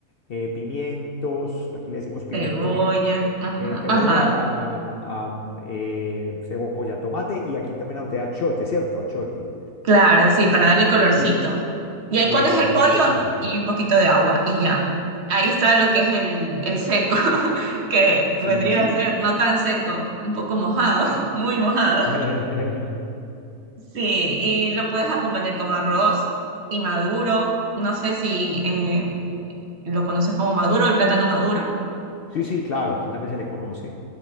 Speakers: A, on the left; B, on the right.
A: eh, pimientos, aquí le decimos pimentón
B: cebolla, ajá,
A: eh, cebolla,
B: ajá.
A: ah, am, eh, cebolla, tomate y aquí también anoté achote, ¿cierto? Achote.
B: Claro, sí, para darle colorcito.
A: Y, y en-
B: Y ahí
A: bueno,
B: pones
A: ¿y
B: el
A: entonces
B: pollo
A: qué sigue?
B: y un poquito de agua y ya. Ahí está lo que es el, el seco, <laughs> que
A: Sí.
B: vendría a ser no tan seco, un poco mojado, <laughs> muy mojado.
A: <laughs>
B: Sí, y lo puedes acompañar con arroz y maduro. No sé si eh, lo conoces como maduro, el plátano maduro.
A: Sí, sí, claro, aquí también se le conoce.